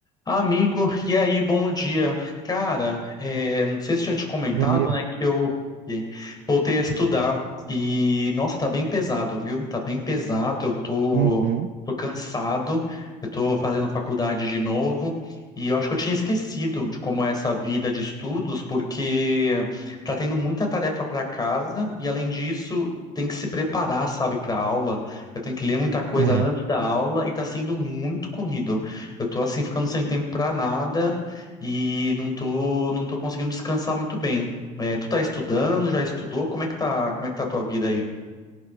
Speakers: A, on the left; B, on the right.
A: Amigo, e aí, bom dia. Cara, é, não sei se tinha te comentado,
B: Bom dia.
A: né, que eu e aí, voltei a estudar e, nossa, tá bem pesado, viu? Tá bem pesado, eu tô,
B: Uhum,
A: tô cansado, eu tô fazendo faculdade de novo e eu acho que eu tinha esquecido de como é essa vida de estudos, porque tá tendo muita tarefa para casa e, além disso, tem que se preparar, sabe, para aula. Eu tenho que ler muita coisa
B: É.
A: antes da aula e tá sendo muito corrido. Eu tô assim ficando sem tempo pra nada e não tô, não tô conseguindo descansar muito bem. É, tu tá estudando, já estudou? Como é que tá, como é que tá a tua vida aí?